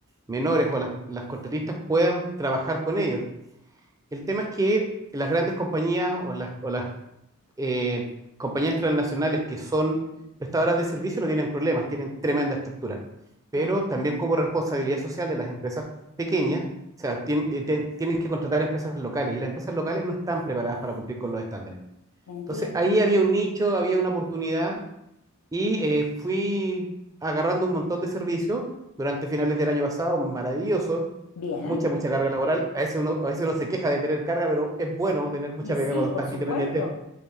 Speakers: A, on the right (about 15°); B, on the left (about 80°).
A: menores o las, las contratistas puedan trabajar con ellos. El tema es que las grandes compañías o las, o las eh, compañías transnacionales que son
B: Ujú.
A: prestadoras de servicio no tienen problemas, tienen tremenda estructura. Pero
B: Claro,
A: también como responsabilidad social de las empresas pequeñas, o sea, tien- eh, tien- tienen que contratar empresas locales y las empresas locales no están preparadas para cumplir con los estándares.
B: entiendo.
A: Entonces, ahí había un nicho, había una oportunidad y eh, fui agarrando un montón de servicios durante finales del año pasado, maravilloso,
B: Bien.
A: mucha, mucha carga laboral. A veces uno, a veces uno se queja de tener carga, pero es bueno tener mucha
B: Y
A: pega
B: sí,
A: cuando estás
B: por supuesto.
A: independiente.